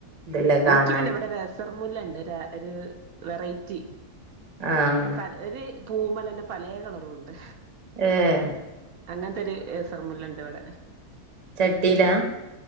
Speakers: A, on the right; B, on the right.
A: ഇതില്ലേ
B: എനിക്ക്
A: കാണാന്
B: പിന്നെ ഇവിടെ രസ ചെറുമുല്ല ഉണ്ട് ഒരു ഒരു വെറൈറ്റി
A: ആഹ്
B: പല ഒരു പൂമലന്റെ പലേ കളറുണ്ട്
A: ഏഹ്
B: അങ്ങനത്തെൊരു അസർമുല്ല ഇണ്ട് ഇവിടെ
A: ചട്ടീലാ